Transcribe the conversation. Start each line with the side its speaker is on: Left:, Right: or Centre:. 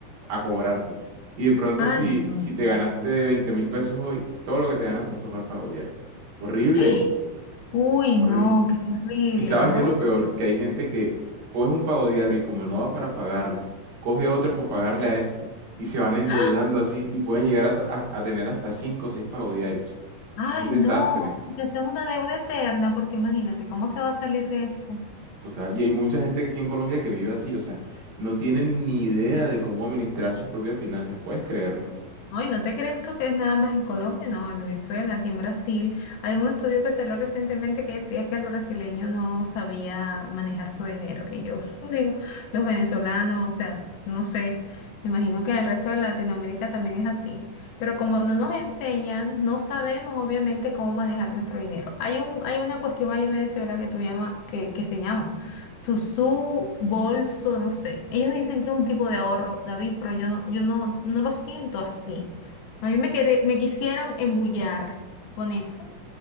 Right: a cobrarte. Y de pronto
Left: ay,
Right: si,
Left: no.
Right: si te ganaste 20 mil pesos hoy, todo lo que te ganaste fue para el pago diario. Horrible,
Left: <gasps> Uy, no,
Right: horrible.
Left: qué terrible,
Right: Y sabes
Left: ¿no?
Right: qué es lo peor, que hay gente que coge un pago diario y como no da para pagarlo, coge otro para pagarle a este y se van endeudando
Left: ¡Ah!
Right: así y pueden llegar a, ta- a- a tener hasta cinco o seis pagos diarios.
Left: Ay,
Right: Es un desastre,
Left: no, que sea una deuda eterna, porque imagínate, ¿cómo se va a salir de eso?
Right: total. Y hay mucha gente que aquí en Colombia que vive así, o sea, no tienen ni idea de cómo administrar sus propias finanzas, puedes creerlo.
Left: No, y no te creas tú que es nada más en Colombia, no, en Venezuela, aquí en Brasil. Hay un estudio que salió recientemente que decía que el brasileño no sabía manejar su dinero. Y yo <laughs> digo, los venezolanos, o sea, no sé, me imagino que en el resto de Latinoamérica también es así. Pero como no nos enseñan, no sabemos obviamente cómo manejar nuestro dinero. Hay un, hay una cuestión allá en Venezuela que tú llama, que, que se llama. Susú, bolso, no sé. Ellos dicen que es un tipo de ahorro, David, pero yo, no- yo no, no lo siento así. A mí me, quere- me quisieron embullar con eso,